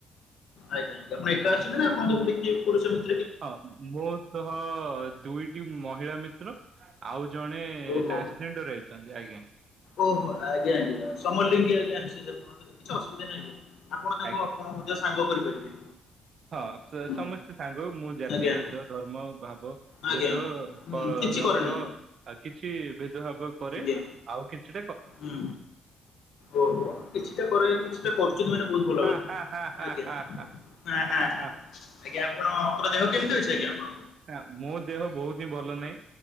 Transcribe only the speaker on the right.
ହଁ ମୋ ସହ ଦୁଇଟି ମହିଳା ମିତ୍ର ଆଉ ଜଣେ
ଟ୍ରାନ୍ସଜେଣ୍ଡର ଆଇଛନ୍ତି ଆଜ୍ଞା।
ଆଜ୍ଞା।
ହଁ
ସେ ସମସ୍ତେ ସାଙ୍ଗ ମୁଁ ଜାତିଭେଦ
ଧର୍ମ ଭାବ ଭେଦ
ଅ
ରଙ୍ଗ
ଆ କିଛି ଭେଦଭାବ କରେ
ଆଉ କିଛି
ହା
ହା ହା ହା
ହା ହା
ହା
ହା
ନା ମୋ ଦେହ ବହୁତ ଭଲ ନାହିଁ